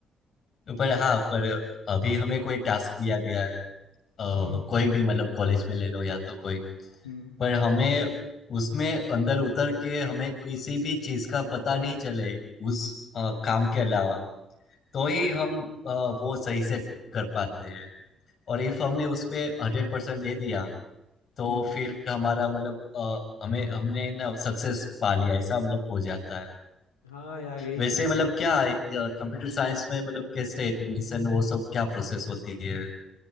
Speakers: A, on the left; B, on the left.
A: पर हाँ पर अभी हमें कोई टास्क दिया गया है अ, कोई
B: हम्म
A: भी मतलब कॉलेज में ले लो या तो कोई
B: हम्म
A: पर हमें उसमें अंदर उतर के हमें किसी भी चीज का पता नहीं चले उस अ, काम के अलावा तो ही हम अ, वो सही से कर पाते हैं और इफ हमने उस पे हंड्रेड परसेंट दे दिया तो
B: हम्म
A: फिर हमारा मतलब अ, हमें हमने ना सक्सेस पा लिया ऐसा मतलब हो जाता है
B: हाँ यार यही
A: वैसे
B: चीज
A: मतलब
B: है
A: क्या कंप्यूटर साइंस में मतलब कैसे एडमिशन वो सब क्या प्रोसेस होती है